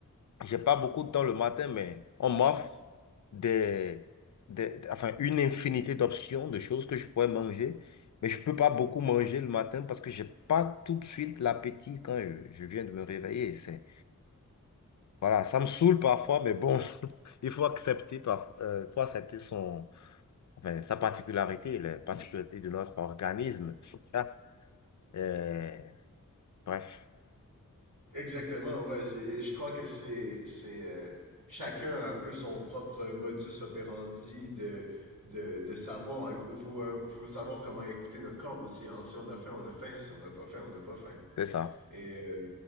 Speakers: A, on the left; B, on the right.
A: J'ai pas beaucoup de temps le matin, mais on m'offre des, des, enfin, une infinité d'options, de choses que je pourrais manger. Mais je peux pas beaucoup manger le matin parce que j'ai pas tout de suite l'appétit quand je, je viens de me réveiller. C'est, voilà, ça me saoule parfois, mais bon, <laughs> il faut accepter par, euh, il faut accepter son, enfin, sa particularité, les particularités de notre organisme. Ça, euh, bref,
B: Exactement, ouais. c'est- Et je crois que c'est, c'est euh, chacun a un peu son propre modus operandi de, de, de savoir. Il faut, faut savoir comment écouter notre corps aussi. Hein. Si on a faim, on a faim. Si on n'a pas faim, on n'a pas faim.
A: c'est ça.
B: Et euh,